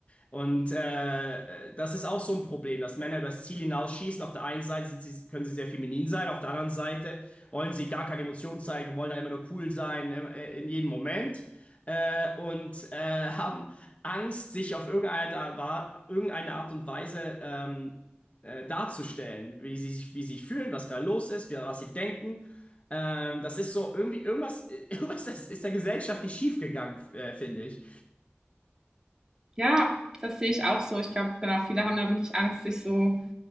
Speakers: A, on the left; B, on the right.
A: Und äh, das ist auch so ein Problem, dass Männer das Ziel hinausschießen. Auf der einen Seite sind sie, können sie sehr feminin sein, auf der anderen Seite wollen sie gar keine Emotionen zeigen, wollen da immer nur cool sein äh, in jedem Moment äh, und äh, haben Angst, sich auf irgendeine, da- wa- irgendeine Art und Weise ähm, äh, darzustellen, wie sie sich, wie sie sich fühlen, was gerade los ist, wie, was sie denken. Ähm, das ist so irgendwie irgendwas, <laughs> irgendwas ist, ist der Gesellschaft nicht schiefgegangen, äh, finde ich.
B: Ja, das sehe ich auch so. Ich glaube, genau, viele haben da wirklich Angst, sich so